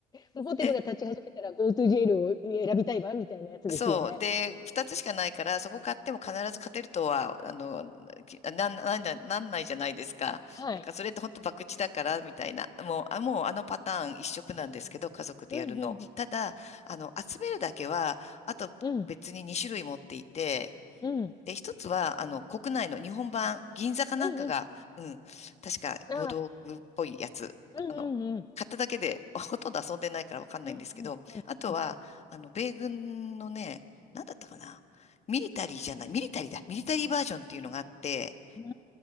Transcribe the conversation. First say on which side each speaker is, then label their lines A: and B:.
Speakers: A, on the left (about 25°); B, on the left (about 40°).
A: もうホテルが立ち始めたら
B: で、
A: GoToJail を選びたいわ、みたいなやつですよね。
B: そう。で、二つしかないから、そこ買っても必ず勝てるとは、あの、きなん、なんだ、なんないじゃないですか。
A: はい。
B: だからそれって本当博打だから、みたいな。もう、あ、もうあのパターン一色なんですけど、家族でやるの。
A: うん、うん、
B: ただ、あの、集めるだけは、あと別に2種類持っていて、
A: うん、うん、うん、
B: で、一つは、あの、国内の日本版、銀座かなんかが、
A: うん、うん。
B: うん、確か、
A: ああ、
B: ボードっぽいやつ、
A: うん、
B: あの、
A: うん、うん。
B: 買っただけで、<laughs> ほとんど遊んでないからわかんないんですけど、
A: うんうんうんう
B: あとは、あの、米軍のね、なんだったかな、ミリタリーじゃない、ミリタリーだ、ミリタリーバージョンっていうのがあって、
A: ん。